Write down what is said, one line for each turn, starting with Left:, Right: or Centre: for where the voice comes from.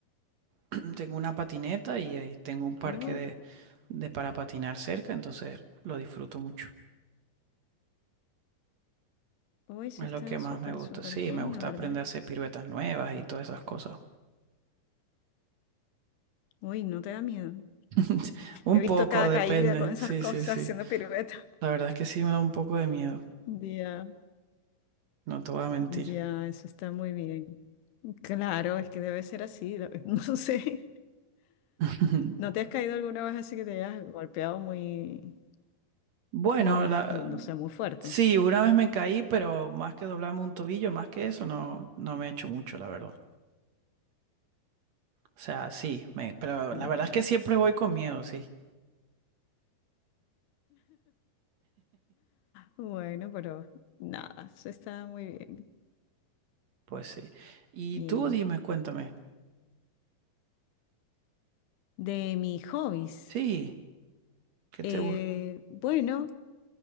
Right: <clears throat> Tengo una patineta y ahí tengo un parque
Left: Oh,
Right: de, de para patinar cerca, entonces lo disfruto mucho.
Left: hoy sí
Right: Es
Left: está
Right: lo que más
Left: súper,
Right: me gusta.
Left: súper
Right: Sí,
Left: bien,
Right: me gusta
Left: la verdad.
Right: aprender a hacer piruetas nuevas y todas esas cosas.
Left: Uy, ¿no te da miedo?
Right: <laughs> Un
Left: He visto
Right: poco,
Left: cada
Right: depende.
Left: caída con esas
Right: Sí,
Left: cosas
Right: sí, sí.
Left: haciendo piruetas.
Right: La verdad es que sí me da un poco de miedo.
Left: Ya,
Right: No te voy a mentir.
Left: ya, eso está muy bien. Claro, es que debe ser así. la- <laughs> No sé.
Right: <laughs>
Left: ¿No te has caído alguna vez así que te hayas golpeado muy,
Right: Bueno,
Left: muy,
Right: la,
Left: f- no sé, muy fuerte?
Right: sí, una vez me caí, pero más que doblarme un tobillo, más que eso, no, no me he hecho mucho, la verdad. O sea, sí, me, pero
Left: Bueno,
Right: la verdad es que siempre voy con miedo, sí.
Left: bueno, pero nada, eso está muy bien.
Right: Pues sí. Y
Left: Bien.
Right: tú dime, cuéntame.
Left: De mis hobbies.
Right: Sí, ¿qué
Left: eh,
Right: te gusta?
Left: bueno,